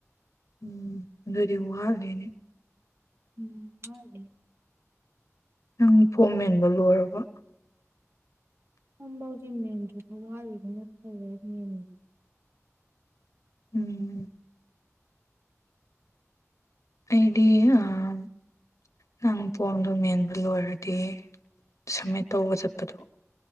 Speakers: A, on the left; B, on the right.
A: ꯎꯝ ꯑꯗꯨꯗꯤ ꯋꯥꯠꯂꯤꯅꯦ
B: ꯎꯝ ꯋꯥꯠꯂꯤ
A: ꯅꯪ ꯐꯣꯝ ꯃꯦꯟꯕ ꯂꯣꯏꯔꯕ
B: ꯐꯣꯝ ꯐꯥꯎꯗꯤ ꯃꯦꯟꯗ꯭ꯔꯦꯗ ꯋꯥꯠꯂꯤꯅꯤꯅ ꯈꯔꯥ ꯂꯩꯔꯥ ꯃꯦꯟꯒꯦ
A: ꯎꯝ ꯑꯩꯗꯤ ꯑꯥ ꯅꯪ ꯐꯣꯝꯗꯣ ꯃꯦꯟꯕ ꯂꯣꯏꯔꯗꯤ ꯁꯝꯃꯤꯠ ꯇꯧꯕ ꯆꯠꯄꯗꯨ